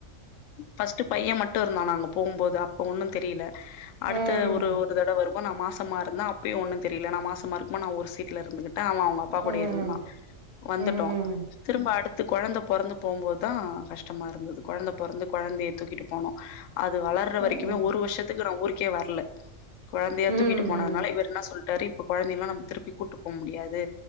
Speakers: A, on the left; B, on the right.
A: ஃபஸ்ட்டு பையன் மட்டு இருந்தா நாங்க போம்போது அப்ப ஒன்னு தெரில அடுத்த
B: ம்
A: ஒரு ஒரு தடவருப்போ நா மாசமா இருந்த அப்பயு ஒன்னு தெரில நான் மாசமா இருக்மோ நான் ஒரு சீட்ல இருந்துகி ட்ட அவன் அவ்ங்க அப்பா கூடயே
B: ம்
A: இருந்தான் வந்துட்டோ
B: ம்
A: திரும்ப அடுத்து கொழந்த பொறந்து போம்போதுதா கஷ்டமா இருந்தது கொழந்த பொறந்து கொழந்தைய தூக்கிட்டு போனோ அது வளர்ற
B: ம்,
A: வரைக்குமே
B: ம்.
A: ஒரு வருஷத்துக்கு நா ஊருக்கே வர்ல கொழந்தையா
B: ம்,
A: தூக்கிட்டு போனதுனால இவர் சொல்டாரு இப்ப குழந்தையல்லா நம்ம திருப்பி கூப்ட்டு போக முடியாது